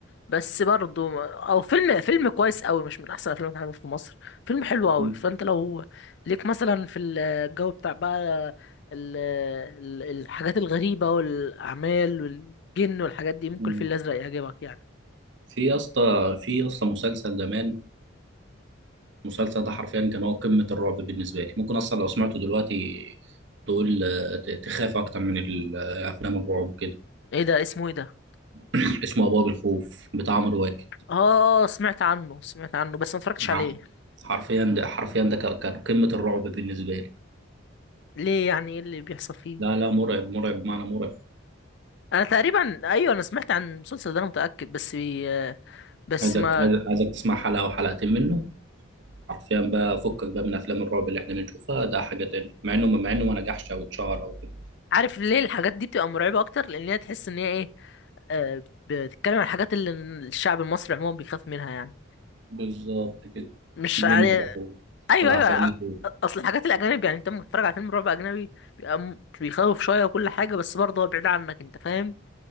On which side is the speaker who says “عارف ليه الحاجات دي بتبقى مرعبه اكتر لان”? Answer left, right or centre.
Left